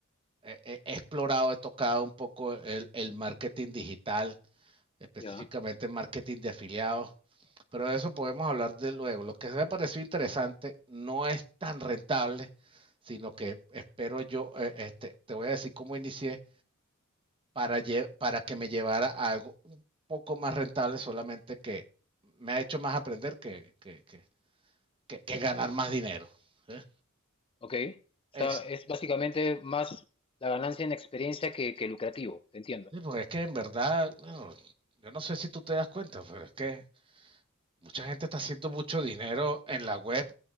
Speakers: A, on the right; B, on the left.
A: he, explorado, he tocado un poco el, el, marketing digital, específicamente
B: ya,
A: el marketing de afiliados, pero de eso podemos hablar de luego. Lo que me pareció interesante no es tan rentable, sino que espero yo, eh, este, te voy a decir cómo inicié para, para que me llevara a algo un poco más rentable, solamente que me ha hecho más aprender que, que, que, que que ganar más dinero. ¿eh?
B: ok. O
A: Este,
B: sea, es básicamente más la ganancia en experiencia que, que lucrativo, te entiendo.
A: Sí, pues es que en verdad, bueno, yo no sé si tú te das cuenta, pero es que mucha gente está haciendo mucho dinero en la web